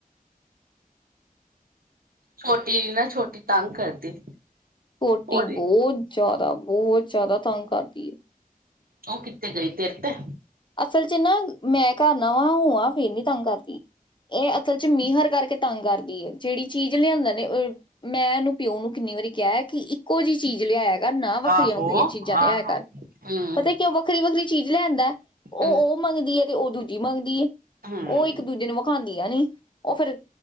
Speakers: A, on the right; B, on the left.
A: ਛੋਟੀ ਨਾ ਛੋਟੀ ਤੰਗ ਕਰਦੀ।
B: ਪੋਟੀ
A: ਹੋਰ
B: ਬੋ ਜਾਦਾ ਬੋਹ ਜਾ ਦਾ ਤੰਗ ਕਰਦੀ ਏ।
A: ਓ ਕਿੱਤੇ ਗਈ ਤੇਰ ਤੇ।
B: ਅਸਲ ਚ ਨਾ ਮੈਂ ਘਰ ਨਾ ਵਾਂ ਹੋਵਾਂ ਫੇਰ ਨੀ ਤੰਗ ਕਰਦੀ ਏ ਅਸਲ ਚ ਮੀਂਹਰ ਕਰਕੇ ਤੰਗ ਕਰਦੀ ਏ ਜੇਦੀਬਚੀਜ਼ ਲਿਆਂਦਾ ਨੇ ਮੈਂ ਓਨੂੰ ਪਿਓ ਨੂੰ ਕਿੰਨੀ ਵਾਰੀ ਕਿਐ ਕੀ ਇੱਕੋ ਜੀ ਚੀਜ਼ ਲਿਆਇਆ ਕਿਆ ਨਾ ਵੱਖਰੀਆਂ-ਵੱਖਰੀਆਂ
A: ਆਹੋ
B: ਚੀਜ਼ਾਂ ਲਿਆਇਆ
A: ਆਹੋ
B: ਕਰ
A: ਹਮ
B: ਪਤਾ ਕਿਉਂ ਵੱਖਰੀ-ਵੱਖਰੀ ਚੀਜ਼ ਲੈ ਆਂਦੈ।
A: <unintelligible>
B: ਮੰਗਦੀ ਐ ਤੇ ਓ ਦੂਜੀ ਮੰਗਦੀ ਏ,
A: ਹਮ
B: ਓ ਇੱਕ ਦੂਜੇ ਨੂੰ ਵਿਖਾਂ ਦੀਆ ਨੀ ਓ ਫੇਰ